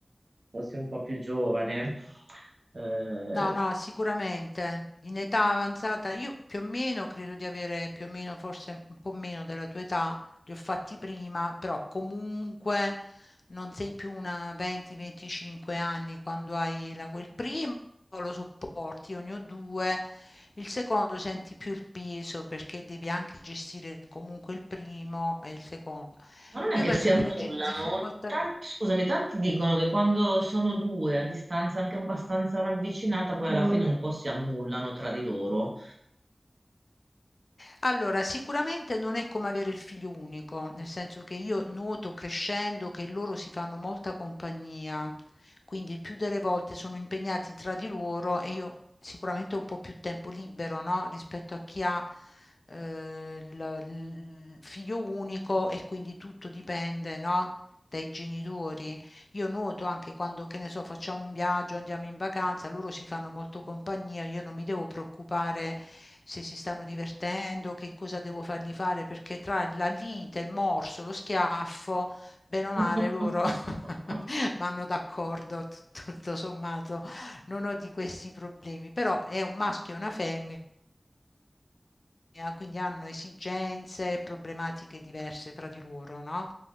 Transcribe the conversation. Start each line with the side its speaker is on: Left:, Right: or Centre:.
Right: fossi un po' più giovane. Eh,
Left: No, no, sicuramente. In età avanzata, io più o meno credo di avere più o meno, forse un po' meno della tua età, li ho fatti prima, però comunque non sei più una 20-25 anni quando hai la, quel primo, lo sopporti, io ne ho due, il secondo senti più il peso perché devi anche gestire comunque il primo e il secondo.
Right: Ma non è
Left: Io
Right: che
Left: penso
Right: si annullano?
Left: che le gi- difficoltà...
Right: Tan- scusami, tanti dicono che quando sono due a distanza anche abbastanza ravvicinata, poi alla fine Mm. un po' si annullano tra di loro.
Left: Allora, sicuramente non è come avere il figlio unico, nel senso che io noto crescendo che loro si fanno molta compagnia, quindi il più delle volte sono impegnati tra di loro e io sicuramente ho un po' più tempo libero, no? Rispetto a chi ha eh, il il figlio unico e quindi tutto dipende, no? Dai genitori. Io noto anche quando, che ne so, facciamo un viaggio, andiamo in vacanza, loro si fanno molto compagnia, io non mi devo preoccupare se si stanno divertendo, che cosa devo fargli fare, perché tra la lite, il morso, lo schiaffo, bene o male
Right: <laughs>
Left: loro <laughs> vanno d'accordo, tut- tutto sommato, non ho di questi problemi, però è un maschio e una femmina autonomia, quindi hanno esigenze, problematiche diverse fra di loro, no?